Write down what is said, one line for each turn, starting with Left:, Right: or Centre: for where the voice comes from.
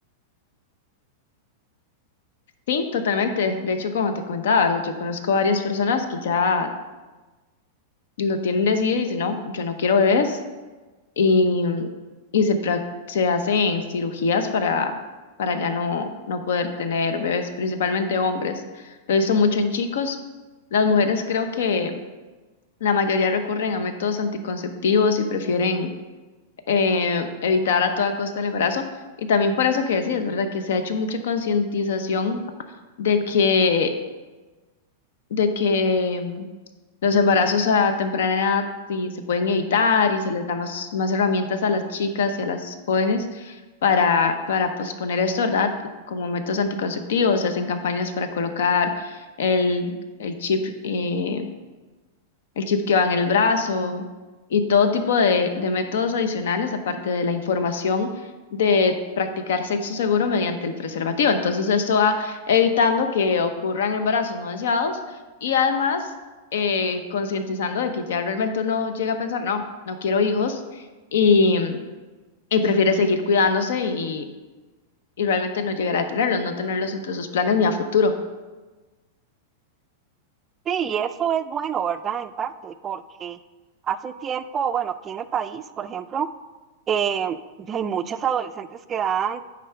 Left: Sí, totalmente. De hecho, como te comentaba, ¿verdad? Yo conozco varias personas que ya lo tienen decidido y dicen, no, yo no quiero bebés y, y se, prac- se hacen cirugías para, para ya no, no poder tener bebés, principalmente hombres. Lo he visto mucho en chicos. Las mujeres creo que la mayoría recurren a métodos anticonceptivos y prefieren eh, evitar a toda costa el embarazo. Y también por eso que decías, ¿verdad? Que se ha hecho mucha concientización de que de que mm, los embarazos a temprana edad y se pueden evitar y se les da más, más herramientas a las chicas y a las jóvenes para, para posponer esto, ¿verdad? Como métodos anticonceptivos, se hacen campañas para colocar el, el chip eh, el chip que va en el brazo y todo tipo de, de métodos adicionales, aparte de la información de practicar sexo seguro mediante el preservativo. Entonces, esto va evitando que ocurran embarazos no deseados y además eh, concientizando de que ya realmente uno llega a pensar, no, no quiero hijos y, y prefiere seguir cuidándose y, y realmente no llegar a tenerlos, no tenerlos entre sus planes ni a futuro.
Right: Sí, y eso es bueno, ¿verdad? En parte, porque hace un tiempo, bueno, aquí en el país, por ejemplo, eh, hay muchas adolescentes que quedaban